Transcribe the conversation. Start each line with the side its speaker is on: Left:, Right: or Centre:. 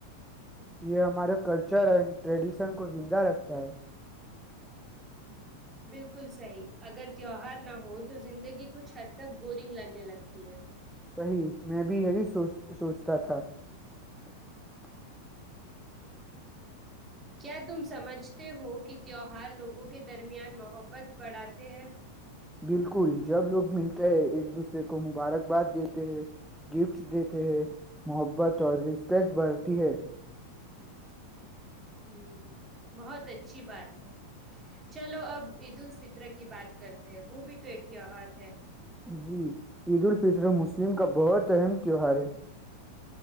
Centre: یہ ہمارے کلچر اینڈ ٹریڈیشن کو زندہ رکھتا ہے
Right: بالکل صحی اگر تیوار نہ ہو تو زندگی کچھ حد تک بورنگ لگنے لگتی ہے <unintelligible>
Centre: صی میں بھی یہی سوچ سوچتا تھا <unintelligible>
Right: کیا تم سمجھتے ہو کہ تہوہار لوگوں کے درمیان محبت بڑھاتے ہیں
Centre: بالکل جب لوگ ملتے ہیں ایک دوسرے دورے کو مبارکباد دیتے ہیں گفٹ دیتے ہیں محبت اور رسپیکٹ بڑھتی ہے <unintelligible>
Right: ہ بہت اچھی بات ہے چلو اب عید الفطر کی بات کرتے ہیں وہ بھی تو ایک تیوہار <unintelligible>
Centre: جی عید ال <unintelligible> فترح مسلم کا بہت اہم تیوہار ہے <unintelligible>